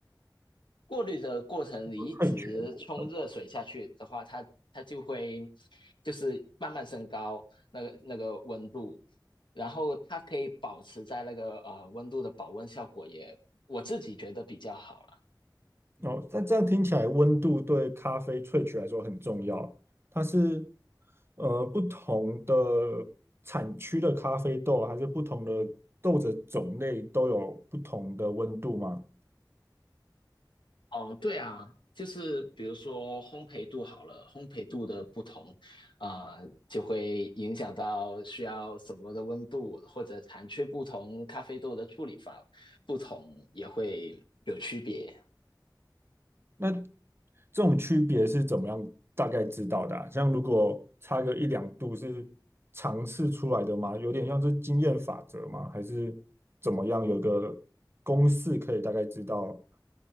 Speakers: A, on the left; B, on the right.
A: 过滤的过程你一直冲热水下去的话，
B: 萃取的过程
A: 它它就会就是慢慢升高那个那个温度，然后它可以保持在那个呃温度的保温效果也，我自己觉得比较好了。
B: 哦，但这样听起来，温度对咖啡萃取来说很重要。它是呃不同的产区的咖啡豆，还是不同的豆子种类都有不同的温度吗？
A: 哦，对啊，就是比如说烘焙度好了，烘焙度的不同，啊、就会影响到需要什么的温度，或者产区不同，咖啡豆的处理法不同也会有区别。
B: 那这种区别是怎么样大概知道的啊像如果差个一两度是尝试出来的吗？有点像是经验法则吗？还是怎么样？有个公式可以大概知道